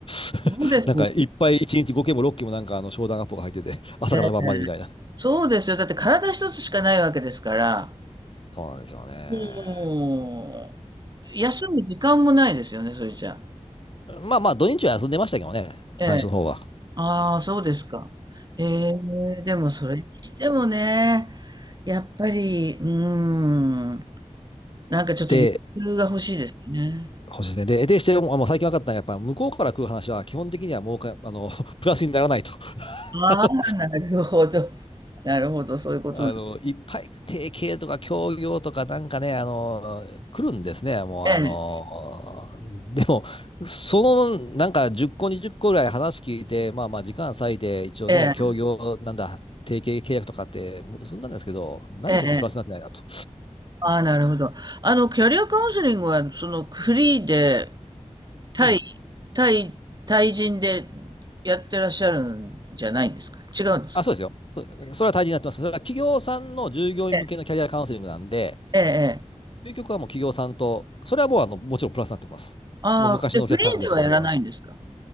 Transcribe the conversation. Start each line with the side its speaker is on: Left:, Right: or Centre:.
Left: <laughs>
Right: そうですよ
Left: なんかいっぱい1日5件も6件もなんかあの商談アポが入ってて、朝から晩までみたいな。
Right: ね。そうですよ。だって体一つしかないわけですから、
Left: そうなんですよね。
Right: もう、休む時間もないですよね、それじゃ。
Left: まあまあ土日は休んでましたけどね、
Right: ええ。
Left: 最初の方は。
Right: ああ、そうですか。ええ、でもそれにしてもね、やっぱり、うーん、なんかちょっと余裕が欲しいですよね。
Left: で、そうですね。で、でして、もうあの最近分かったのは、やっぱ向こうから来る話は、基本的にはもうか、あの、<laughs> プラスにならないと。<laughs>
Right: ああ、
Left: あの、
Right: なるほど。<laughs> なるほど、そういうことなんです。
Left: あのいっぱい提携とか協業とかなんかね、あの、来るんですね。もう、
Right: え
Left: あの、でも、その、なんか10個、20個ぐらい話聞いて、まあまあ、時間割いて、一応ね、
Right: え、
Left: 協業、
Right: え
Left: なんだ、提携契約とかって結んだんですけど、何一つプラスになってないなと。
Right: え、ええ。ああ、なるほど。あの、キャリアカウンセリングは、その、フリーで、対、
Left: うん。
Right: 対、対人でやってらっしゃるんじゃないんですか違うんですか
Left: あ、そうですよ。そうそれは大事になってます。それは企業さんの従業員向けのキャリアカウンセリングなんで、
Right: ええ、ええ。ええ
Left: 究極はもう企業さんと、それはもうあのもちろんプラスになってます。
Right: ああ、
Left: もう昔のお客さんですけど、
Right: で、フリーではやらないんですか
Left: それは。